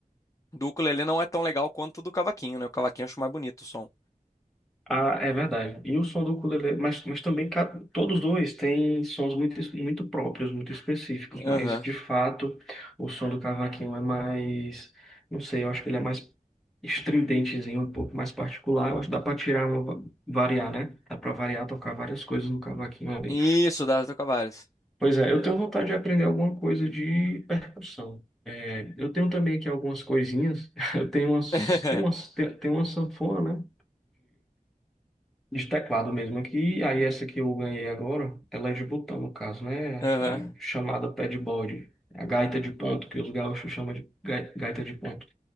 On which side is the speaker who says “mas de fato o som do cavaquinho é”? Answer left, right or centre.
Centre